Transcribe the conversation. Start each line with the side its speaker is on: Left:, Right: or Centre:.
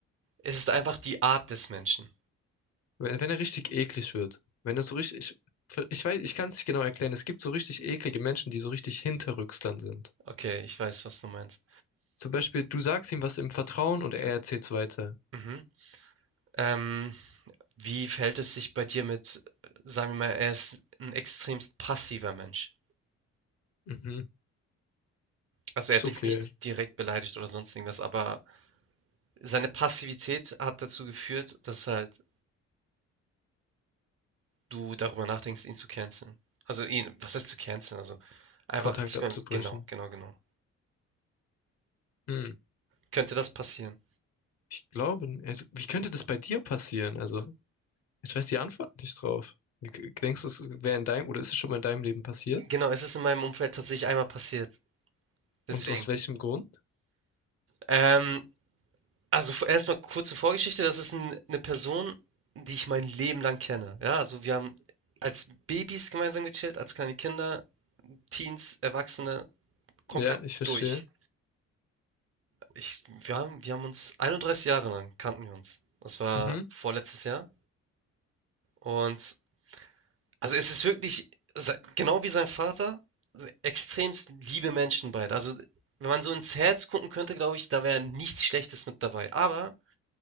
Right: es ist einfach die Art des Menschen.
Left: Wenn, wenn er richtig eklig wird. Wenn er so richtig, ich, ich weiß, ich kann es nicht genau erklären. Es gibt so richtig eklige Menschen, die so richtig hinterrücks dann sind.
Right: Okay, ich weiß, was du meinst.
Left: Zum Beispiel, du sagst ihm was im Vertrauen und er erzählt's weiter.
Right: Mhm. Ähm, wie verhält es sich bei dir mit, äh, sagen wir mal, er ist ein extremst passiver Mensch.
Left: Mhm,
Right: Also er
Left: ist
Right: hat
Left: okay,
Right: dich nicht direkt beleidigt oder sonst irgendwas, aber seine Passivität hat dazu geführt, dass halt du darüber nachdenkst, ihn zu canceln. Also ihn, was heißt zu canceln? Also einfach
Left: Kontakt
Right: nicht
Left: abzubrechen.
Right: mehr mit, genau, genau, genau.
Left: Hm,
Right: Könnte das passieren?
Left: ich glaube, n- also, wie könnte das bei dir passieren? Also, ich weiß die Antwort nicht drauf. Wie, k- denkst du, es wäre in deinem, oder ist es schon mal in deinem Leben passiert?
Right: Genau, es ist in meinem Umfeld tatsächlich einmal passiert. Deswegen.
Left: Und aus welchem Grund?
Right: Ähm, Also, v erst kurze Vorgeschichte. Das ist 'n 'ne Person, die ich mein Leben lang kenne. Ja, also, wir haben als Babys gemeinsam gechillt, als kleine Kinder, Teens, Erwachsene, komplett
Left: Ja, ich verstehe.
Right: durch. Ich wir haben wir haben uns 31 Jahre lang kannten wir uns. Das war
Left: Mhm,
Right: vorletztes Jahr und also, es ist wirklich sei genau wie sein Vater, se extremst liebe Menschen beide. Also, wenn man so ins Herz gucken könnte, glaube ich, da wäre nichts Schlechtes mit dabei. Aber